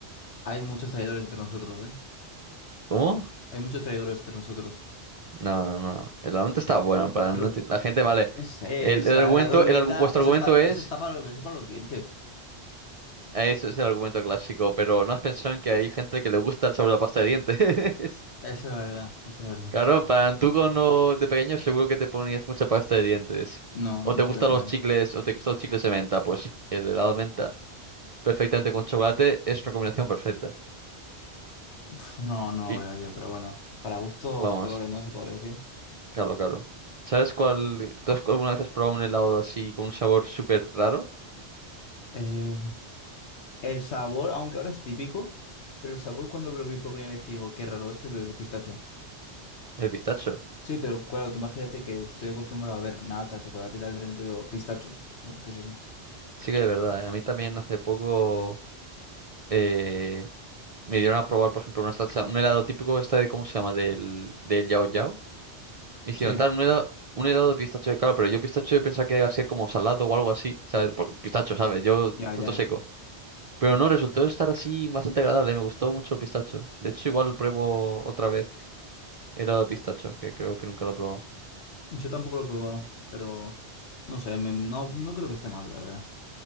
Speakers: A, on the left (about 75°); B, on the right (about 45°).
A: Hay muchos traidores entre nosotros, ¿eh?
B: ¿Cómo?
A: Hay muchos traidores entre nosotros.
B: No, no, no. no. El helado de menta está bueno, en plan,
A: pero
B: no enti- la gente, vale.
A: No sé,
B: El,
A: o sea,
B: el argumento,
A: el lado de
B: el,
A: venta,
B: argu- vuestro
A: eso
B: argumento
A: está,
B: es
A: eso está para los, eso para los dientes.
B: Eso es el argumento clásico, pero ¿no has pensado en que hay gente que le gusta el sabor de la pasta de dientes? <laughs>
A: Eso es verdad, eso es verdad.
B: Claro, en plan, tú cuando de pequeño seguro que te ponías mucha pasta de dientes.
A: No,
B: O
A: no
B: te
A: me
B: gustan
A: suele poner.
B: los chicles, o te gustan los chicles de menta, pues el helado de menta, perfectamente con chocolate, es una combinación perfecta.
A: Pf, no, no
B: Y
A: lo veo yo, pero bueno. Para gustos,
B: vamos,
A: colores, ¿no? Se podría decir.
B: claro, claro. ¿Sabes cuál? ¿Tú has- alguna vez has probado un helado así con un sabor súper raro?
A: Eh, El sabor, aunque ahora es típico, pero el sabor cuando lo vi por primera vez que digo, qué raro eso, es el de pistacho.
B: El pistacho.
A: Sí, pero claro, tú imagínate que estoy acostumbrado a ver nata, chocolate y tal, de repente veo pistacho. Digo, ¿qué es eso?
B: Sí que de verdad, ¿eh? A mí también hace poco eh, me dieron a probar, por ejemplo, una salsa, un helado típico este de, ¿cómo se llama? Del, del Yao Yao. Me hicieron
A: Sí,
B: tal, un helado, un helado de pistacho, claro, pero yo pistacho yo pensaba que iba a ser como salado o algo así, ¿sabes? Porque pistacho, ¿sabes? Yo
A: ya,
B: fruto
A: ya.
B: seco. Pero no, resultó estar así bastante agradable, me gustó mucho el pistacho. De hecho, igual pruebo otra vez helado de pistacho, que creo que nunca lo he probado.
A: Yo tampoco lo he probado, pero no sé, me- no, no creo que esté malo, la verdad.